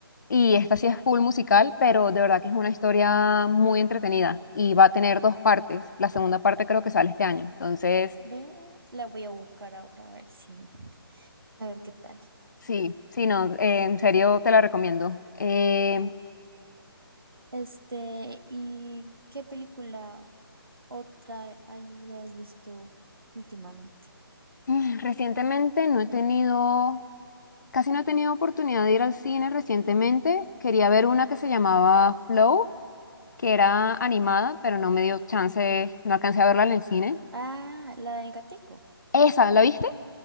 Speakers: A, on the left; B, on the right.
A: y esta sí es full musical, pero de verdad que es una historia muy entretenida y va a tener dos partes, la segunda parte creo que sale este año, entonces
B: Ve, la voy a buscar ahora a ver si, a ver qué tal.
A: sí, sí, no, eh, en serio te la recomiendo. Em,
B: Uh, Este, ¿y qué película otra hayas visto últimamente?
A: Mm, Recientemente no he tenido, casi no he tenido oportunidad de ir al cine recientemente. Quería ver una que se llamaba Flow, que era animada, pero no me dio chance, no alcancé a verla en el cine.
B: Ah, la del gatico.
A: Esa, ¿la viste?